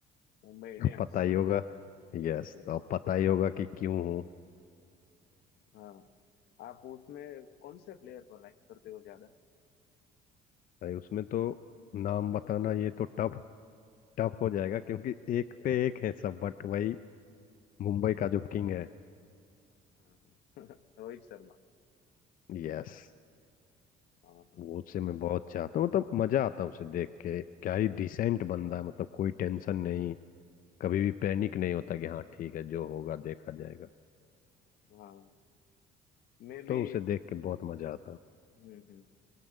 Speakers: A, on the left; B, on the left.
A: मुंबई इंडियंस
B: पता ही होगा यस
A: ये
B: तो
A: तो।
B: अब पता ही होगा कि क्यों हूँ
A: हाँ आप उसमें कौन से प्लेयर को लाइक करते हो ज्यादा
B: भाई उसमें तो नाम बताना
A: रोहित शर्मा
B: ये तो टफ टफ हो जाएगा क्योंकि एक
A: यार
B: पे एक है सब बट वही मुंबई का
A: हाँ
B: जो किंग है
A: हाँ हाँ <laughs> रोहित शर्मा
B: यस
A: हाँ हाँ
B: वो उसे मैं बहुत चाहता हूँ मतलब मजा आता है उसे देख के क्या ही डिसेंट बंदा है मतलब कोई टेंशन नहीं कभी भी पैनिक नहीं होता कि हाँ ठीक है जो होगा देखा जाएगा
A: हाँ मैं भी
B: तो उसे देख के बहुत मजा आता है।
A: हम्म हम्म